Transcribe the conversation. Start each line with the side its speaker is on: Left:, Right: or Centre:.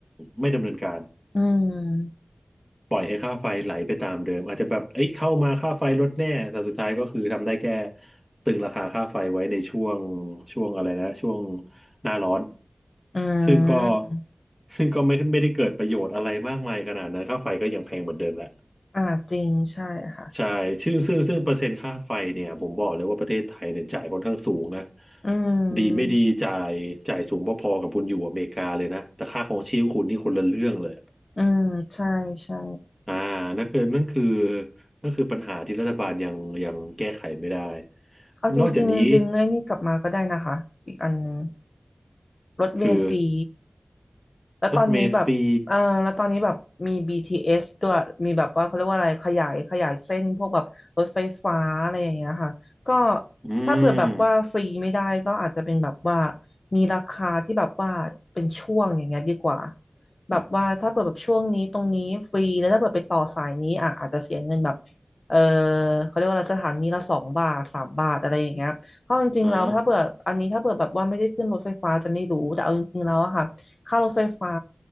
Centre: ไม่ดำเนินการ
Left: อืม
Centre: ปล่อยให้ค่าไฟไหลไปตามเดิมอาจจะแบบเอ้ยเข้ามาค่าไฟลดแน่แต่สุดท้ายก็คือทำได้แค่ตึงราคาค่าไฟไว้ในช่วงช่วงอะไรนะช่วงหน้าร้อน
Left: อื
Centre: ซึ่งก็
Left: ม
Centre: ซึ่งก็ไม่ไม่ได้เกิดประโยชน์อะไรมากมายขนาดนั้นค่าไฟก็ยังแพงเหมือนเดิมแหละ
Left: อ่าจริงใช่ค่ะ
Centre: ใช่ซึ่งซึ่งซึ่งเปอร์เซ็นต์ค่าไฟเนี่ยผมบอกเลยว่าประเทศไทยเนี่ยจ่ายค่อนข้างสูงนะ
Left: อืม
Centre: ดีไม่ดีจ่ายจ่ายสูงพอๆกับคุณอยู่อเมริกาเลยนะแต่ค่าของชีพคุณนี่คนละเรื่องเลย
Left: อืม ใช่ใช่
Centre: อ่านั่นคือนั่นคือนั่นคือปัญหาที่รัฐบาลยังยังแก้ไขไม่ได้
Left: เอาจริงๆดึงไอ้นี่กลับมาก็ได้นะคะ
Centre: นอกจากนี้
Left: อีกอันหนึงรถเมล์ฟรี
Centre: คือ
Left: แล้วตอนนี้แบบเออแล้วตอนนี้แบบมี
Centre: รถเมล์ฟรี
Left: BTS ด้วยมีแบบว่าเขาเรียกว่าอะไรขยายขยายเส้นพวกแบบรถไฟฟ้าอะไรอย่างเงี้ยค่ะก็
Centre: อื
Left: ถ้าเผื่อแบบว่าฟรีไม่ได้
Centre: ม
Left: ก็อาจจะเป็นแบบว่ามีราคาที่แบบว่าเป็นช่วงอย่างเงี้ยดีกว่าแบบว่าถ้าเปิดแบบช่วงนี้ตรงนี้ฟรีแล้วถ้าเปิดไปต่อสายนี้อ่ะอาจจะเสียเงินแบบ
Centre: อืม
Left: เออเขาเรียกว่าอะไรสถานีละสองบาทสามบาทอะไรอย่างเงี้ยเพราะจริงๆแล้วถ้าเปิดออันนี้ถ้าเปิดแบบว่าไม่ได้ขึ้นรถไฟฟ้าจะไม่รู้แต่เอาจริงๆแล้วอะค่ะ
Centre: อ่า
Left: ค่ารถไฟฟ้า